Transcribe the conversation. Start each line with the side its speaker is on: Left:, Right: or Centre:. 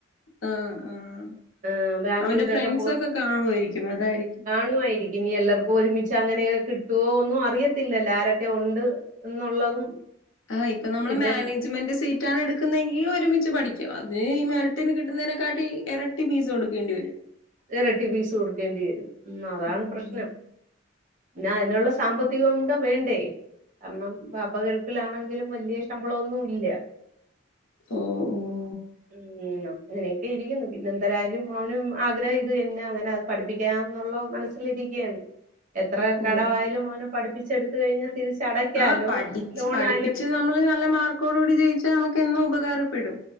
Left: ആഹ് ആഹ്
Right: ആ, ബാംഗ്ലൂരൊക്കെ
Left: അവന്റെ ഫ്രണ്ട്സൊക്കെ കാണുമായിരിക്കും അതായിരിക്കും.
Right: ക്കുവായിരിക്കും ഇനി എല്ലോർക്കും ഒരുമിച്ചങ്ങനെയൊക്കെ കിട്ടോ ഒന്നും അറിയത്തില്ലല്ലോ ആരൊക്കെ ഉണ്ട് എന്നുള്ളതും
Left: ആഹ് ഇപ്പനമ്മളെ
Right: പിന്നെ
Left: മാനേജ ജ്മെന്റ് സീറ്റാണ് എടുക്ക്ന്നെങ്കി ഒരുമിച്ച് പഠിക്കും അത് ഈ മെറീട്ടിന് കിട്ടുന്നതിനെക്കാട്ടി എര <unintelligible> ഫീസ് കൊടുക്കേണ്ട വരും
Right: ഇരട്ടി പീസ് കൊടുക്കേണ്ടി വരും ഉം അതാണ്
Left: ഉം
Right: പ്രശ്നം പിന്നാ അതിനുള്ള സാമ്പത്തികം കൂടെ വേണ്ടേ കാരണം പാപ്പ കേൾക്കിലാണെങ്കിലും വലിയ ശമ്പളൊന്നുംല്ല
Left: ഓഹ്
Right: ഉം അങ്ങനെയൊക്കെ ഇരിക്കുന്നു പിന്നെ എന്തരയാലും അവനും ആഗ്രഹം ഇത് എന്നന്നെ അങ്ങനെ അത് പഠിപ്പിക്കാ എന്നുള്ള മനസ്സിലിരിക്കുകയാണ് എത്ര കടവായയാലും
Left: ഓ
Right: ഓന പഠിപ്പിച്ച എടുത്ത കഴിഞ്ഞാൽ തിരിച്ചടക്കാലോ
Left: ആ പഠിച്ച്
Right: ലോണായാലും
Left: പഠിപ്പിച്ച് നമ്മള് നല്ല മാർക്കോടടി ജയിച്ചാൽ നമുക്ക് എന്നും ഉപകാരപ്പെടും